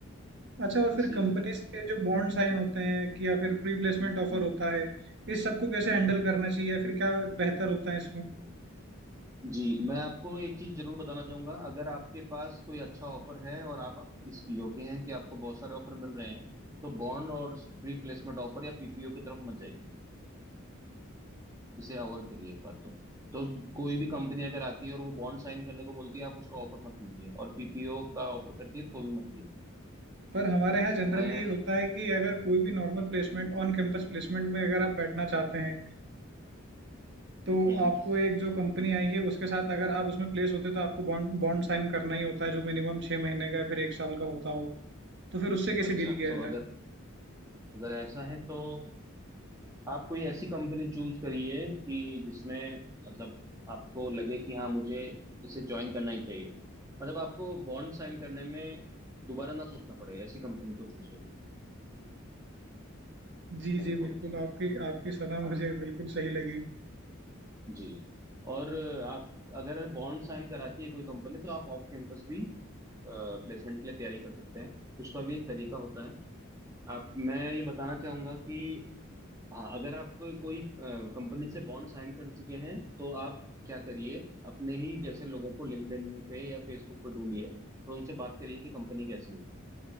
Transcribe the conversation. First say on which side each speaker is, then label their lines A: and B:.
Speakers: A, on the right; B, on the right.
A: अच्छा और
B: किसी
A: फिर कंपनीज के जो बॉन्ड साइन होते हैं कि या फिर प्री प्लेसमेंट ऑफर
B: हम्म
A: होता है इस सबको कैसे
B: हम्म।
A: हैंडल करना चाहिए या फिर क्या बेहतर होता है इसमें
B: जी मैं आपको एक चीज जरूर बताना चाहूंगा अगर आपके पास कोई अच्छा ऑफर है और आप इस योग्य हैं कि आपको बहुत सारे ऑफर मिल रहे हैं तो बॉन्ड और प्री प्लेसमेंट ऑफर या पीपीओ की तरफ मत जाइए इसे अवॉइड करिए एक बार तो तो कोई भी कंपनी अगर आती है और वो बॉन्ड साइन करने को बोलती है आप उसका ऑफर मत लीजिए और पीपीओ का ऑफर करती है तो भी मत लीजिए
A: पर हमारे यहाँ जनरली
B: मैं
A: ये होता है कि अगर कोई भी normal placement on campus placement में अगर आप बैठना चाहते हैं तो
B: हम्म हम्म,
A: आपको एक जो कंपनी आई है उसके साथ अगर आप उसमें प्लेस होते हो तो आपको बॉन्ड बॉन्ड साइन करना ही होता है जो मिनिमम छः महीने का या फिर एक साल का होता हो तो फिर उससे कैसे
B: अच्छा
A: डील किया
B: तो
A: जाए
B: अगर अगर ऐसा है तो आप कोई ऐसी कंपनी चूज करिए कि जिसमें मतलब आपको लगे कि हाँ मुझे इसे ज्वाइन करना ही चाहिए मतलब आपको बॉन्ड साइन करने में दोबारा ना सोचना पड़े ऐसी कंपनी को चूज करिए
A: जी
B: मैं
A: जी
B: ये बोलना
A: बिल्कुल
B: चाहूंगा
A: आपकी आपकी सलाह
B: हाँ
A: मुझे बिल्कुल सही लगी
B: जी और अ, आप अगर बॉन्ड साइन कराती है कोई कंपनी तो आप ऑफ कैंपस भी प्लेसमेंट के लिए तैयारी कर सकते हैं उसका भी एक तरीका होता है आप मैं ये बताना चाहूंगा कि हाँ अगर आप कोई कंपनी से बॉन्ड साइन कर चुके हैं तो आप क्या करिए अपने ही जैसे लोगों को लिंक्डइन पे या फेसबुक पे ढूंढिए और उनसे बात करिए कि कंपनी कैसी है